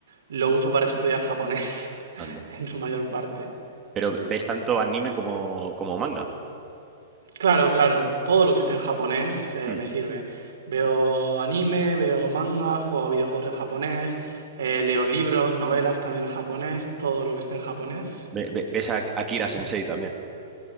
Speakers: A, on the right (about 80°); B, on the right (about 25°).
A: lo uso para estudiar japonés <laughs>
B: anda.
A: en su mayor parte.
B: Pero ves tanto anime como, como manga.
A: Claro, claro. Todo lo que esté en japonés eh,
B: Mm.
A: me sirve. Veo anime, veo manga, juego a videojuegos en japonés, eh, leo libros, novelas también en japonés, todo lo que esté en japonés.
B: Ve- ve- ves a, a Kira Sensei también,